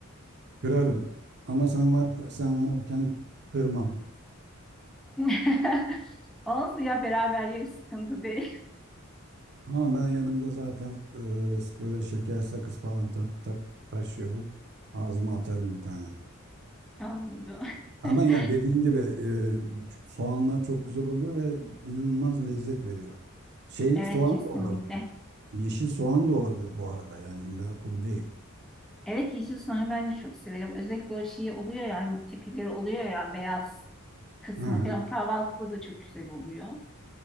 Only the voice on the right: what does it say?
kırarım. Ama sen var sen varken kırmam.
Ama ben yanımda zaten e, böyle şeker sakız falan ta- tak- taşıyorum. Ağzıma atarım bir tane.
Ama
yani dediğin gibi e, soğanla çok güzel oluyor ve inanılmaz lezzet veriyor. Şey
soğan
da olabilir. Yeşil soğan da olabilir bu arada yani illa kuru değil.
Hı hı.